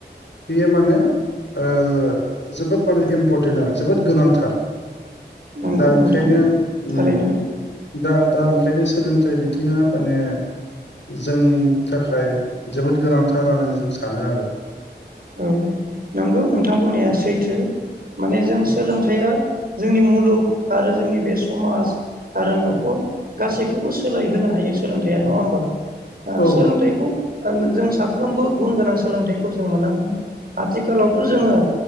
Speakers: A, on the left; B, on the right.
A: बियो माने ओ जोबोद माने इम्परटेन्ट आरो जोबोद गोनांथार
B: नंगौ
A: दा
B: नोंथां
A: ओंखायनो
B: थारैनो
A: उम दा दा ओं खायनो सोलोंथाइ बिथिङा माने जोंनि थाखाय जोबोद गोनांथार होननानै जों सानो आरो।
B: औ नंगौ नोंथां बुंनाया सैथो। माने जों सोलोंथाइया जोंनि मुलुग आरो जोंनि बे समाज आरो न'खर गासैखौबो सोलाय होनो हायो सोलोंथाइया नङा होमबा? ओ
A: औ
B: सोलोंथाइखौ जों साफ्रोमबो गुन गोनां सोलोंथाइखौ जों मोननांगौ आथिखालावथ' जोङो